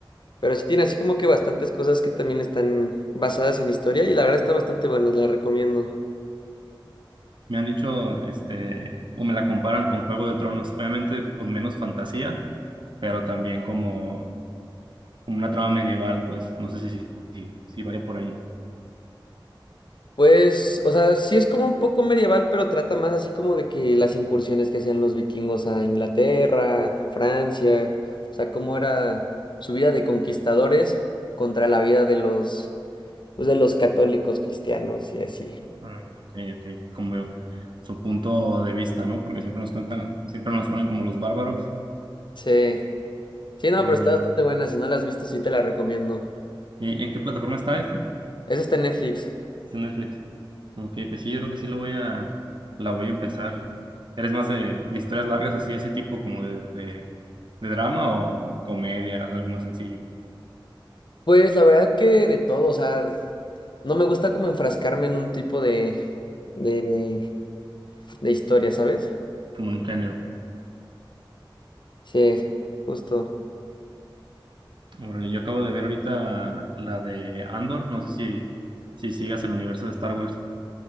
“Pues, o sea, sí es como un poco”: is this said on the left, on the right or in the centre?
Left